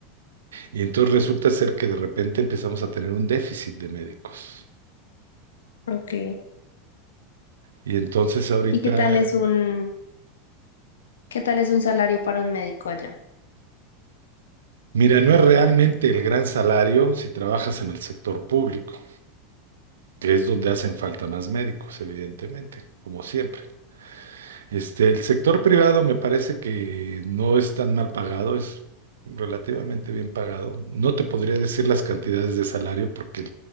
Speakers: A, on the right; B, on the left.
A: y entonces resulta ser que de repente empezamos a tener un déficit de médicos.
B: Ok.
A: Y entonces ahorita,
B: ¿Y qué tal es un, qué tal es un salario para un médico allá?
A: mira, no es realmente el gran salario si trabajas en el sector público, que es donde hacen falta más médicos, evidentemente, como siempre. Este, el sector privado me parece que no es tan mal pagado, es relativamente bien pagado. No te podría decir las cantidades de salario porque